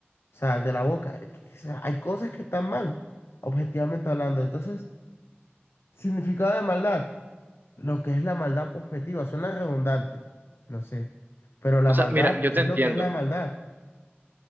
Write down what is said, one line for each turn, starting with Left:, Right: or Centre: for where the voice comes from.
Left: o sea, de la boca. O sea, hay cosas que están mal, objetivamente hablando. Entonces, significado de maldad, lo que es la maldad objetiva, suena redundante, no sé. Pero la
Right: O
Left: maldad
Right: sea, mira, yo
Left: es
Right: te entiendo.
Left: lo que es la maldad.